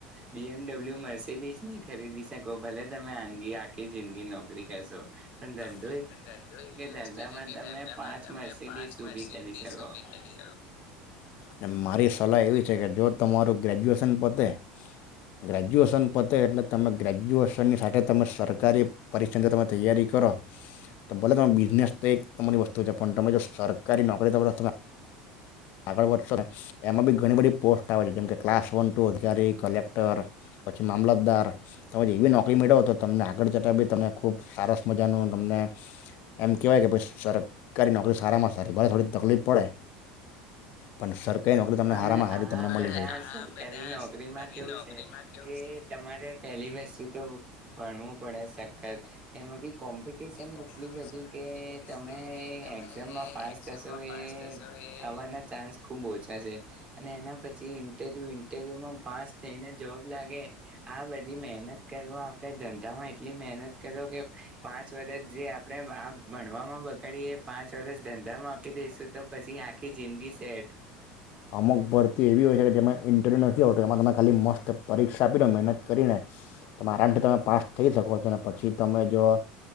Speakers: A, on the right; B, on the left.
A: બીએમડબલ્યુ મસી બીજ નહી ખરીદી શકો ભલે તમે આગી આખી જિંદગી નોકરી કરો <unintelligible>
B: ધંધો એવી
A: ધંધામાં
B: વસ્તુ છે કે
A: તમે
B: ધામાં
A: પાંચ
B: તમે
A: મર્સિડીઝ
B: પાચ
A: ઊભી
B: મસીડીસ
A: કરી શકો
B: ઉભી કરી શકો સલાહ એવી છે કે જો તમારું ગ્રેજ્યુએશન પતે ગ્રેજ્યુએશન પતે એટલે તમે ગ્રેજ્યુએશનની સાથે તમે સરકારી પરરી્ંદ તમે તૈયારી કરો તો ભલે તમે બિઝનેસ તો એક તમારી વસ્તુ છે પણ તમે જો સરકારી નોકરી તો બ તમે આગળ વધશો એમાં બી ઘણી બધી પોસ્ટ આવે છે જેમકે ક્લાસ વન ટુ અધિકારી કલેક્ટર પછી મામલતદાર તમે જેવી નોકરી મેળવો તો તમને આગળ જતાં બી તમને ખૂબ સારસ મજાનું તમને એમ કહેવાય કે ભ સરકારી નોકરી સારામાં સારી ભલે થોડી તકલીફ પડે કાર તમનેારામાંરી
A: પણ આ
B: તમને મળી
A: બધા
B: હ
A: સરકારી
B: બા
A: નોકરીમાં
B: સરકાર
A: કેવું
B: નોકરીમાં
A: છે
B: કેવું
A: કે
B: છેણું
A: તમારે પહેલી વસ્તુ તો ભણવું પડે સખત એમાં બી કોમ્પિટિશન
B: પડેમડી
A: એટલી બધી કે તમે
B: જાય
A: એક્ઝામમાં પાસ થશો એ થવાના
B: <unintelligible>
A: ચાન્સ ખૂબ ઓછા અને એના પછી ઇરવ્યુ ઇન્ટરવ્યુમાં પાસ થઈને જોબ લાગે આ બધી મહેનત કરો આપણે ધંધામાં એટલી મહેનત કરો કે પાંચ વર્ષ જે આપણે આ ભણમાં બગડીએ પાંચ વર્ષ ધંધામાં આપી દઈશું તો પછી આખી જિંદગી છેઠ
B: અમુક ભરતી એવી હોય છે કે જે ઇન્ટરવ્યુ નથી હોતો એમાં તમે ખાલી મસ્ત પરીક્ષા આપી દો મહેનત કરીને તમે આરામથી તમે પાસ થઈ શકો છો અને પછી તમે જો